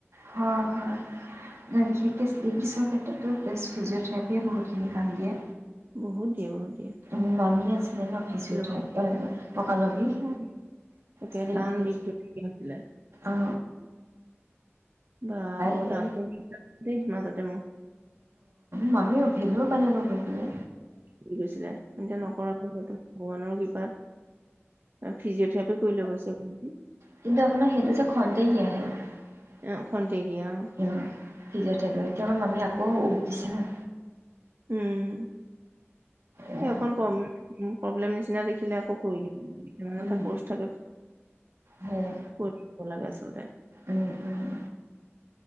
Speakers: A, on the right (about 75°); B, on the right (about 50°).
A: হয় হয় ন বিশেষকে <unintelligible> এই ক্ষেত্ৰতো পেষ্ট ফিজঅ'থেৰাপিয়েও বহুতখিনি কাম দিয়ে।
B: বহুত দিয়ে বহুত দিয়ে।
A: মোৰ মামী আছিলে ন
B: খাইছিলো
A: ফিজিঅ'থে এ ককালৰ বিষ
B: মই একে
A: শ্লিপ
B: টান
A: দিয়ে।
B: বিষটো নাইকিয়া হৈছিলে
A: অ।
B: বা বৰ
A: সেই
B: ডাঙৰ। দে মাজতে মোক
A: মামি অভেলত। কেনেকৈ গৈ পালে
B: কি গৈছিলে? এতিয়া নকৰা <unintelligible> ভগৱানৰ কৃপাত অ ফিজিঅথেৰাপি কৰিলো গৈ <unintelligible>
A: কিন্তু আপোনাৰ সেইটো যে খন্তেকিয়া হে ফিজিঅথেৰাপি
B: অ খন্তেকীয়া অ
A: এতিয়া আমাৰ মামী আকৌ উভ দিছে ন।
B: উম
A: এয়া
B: অকন প্ৰব প্ৰব্লেম্ নিচিনা দেখিলে আকৌ কৰি দিয়ে কেইদিনমান‌ৰ
A: উম
B: এটা কোৰ্স থাকে
A: সেই
B: কৰি দিব লাগে আচলতে।
A: উম উম